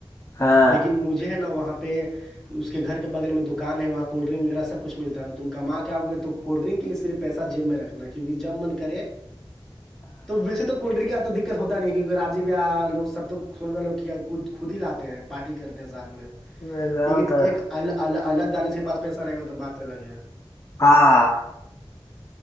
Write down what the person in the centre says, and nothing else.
ن مجھے نا وہاں پہ اس کے گھر کے بغل میں دکان ہے وہاں کولڈ ڈرنک وغیرہ سب کچھ ملتا تھا تم ک ماں کیاؤ گے تو کولڈ ڈرن کے لیے صرف پیسہ جیب میں رکھنا کیکہ جب من کرے
تو ویسے تو کولڈ ڈرنک کا تو دقت ہوتا نہیں ہے کیکہ رای لو سب تو سنےو خود ہی لاتے ہیں پارٹی کرتے ہیں ساتھ میں
لیکن
ایک ال الگ دانش کے پاس پیسہ رہے گا تو بات الگ ہے